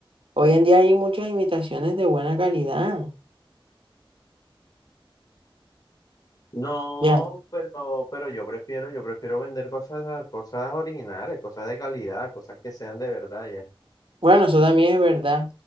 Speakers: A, on the right; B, on the left.
A: hoy en día hay muchas imitaciones de buena calidad.
B: No,
A: Ya,
B: pero, pero yo prefiero, yo prefiero vender cosas, cosas originales, cosas de calidad, cosas que sean de verdad ya.
A: bueno, eso también es verdad,